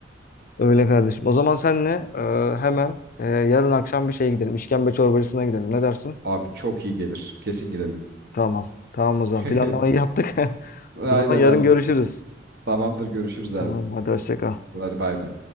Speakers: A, on the left (about 50°); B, on the right (about 60°).
A: Öyle kardeşim. O zaman senle e, hemen e, yarın akşam bir şeye gidelim. İşkembe çorbacısına gidelim. Ne dersin?
B: Abi çok iyi gelir. Kesin gidelim.
A: Tamam. Tamam o zaman.
B: <laughs>
A: Planlamayı yaptık. <laughs>
B: Aynen
A: O zaman yarın
B: abi.
A: görüşürüz.
B: Tamamdır görüşürüz abi.
A: Tamam. Hadi hoşça kal.
B: Hadi bay bay.